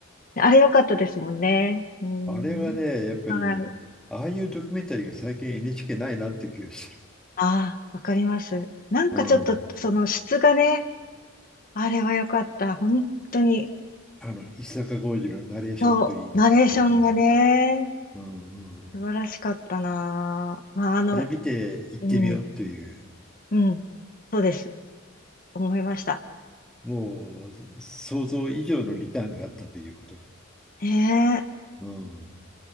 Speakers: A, on the left; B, in the centre.
A: あれ良かったですもんね。うん、
B: あれはね、やっぱり、
A: はい。
B: ああいうドキュメンタリーが最近 NHK ないなって気がす
A: ああ、わかります。なんかちょっと、
B: る。うん。
A: その質がね、あれは良かった。本当に。
B: あの、石坂浩二のナレーションといい。
A: そう、ナレーションがね、
B: うん。うんうんうん。
A: 素晴らしかったな。まあ、あの、
B: あれ見て行ってみようという。
A: うん、うん、そうです。思いました。
B: もう想像以上のリターンがあったということが。
A: ねえ。
B: うん。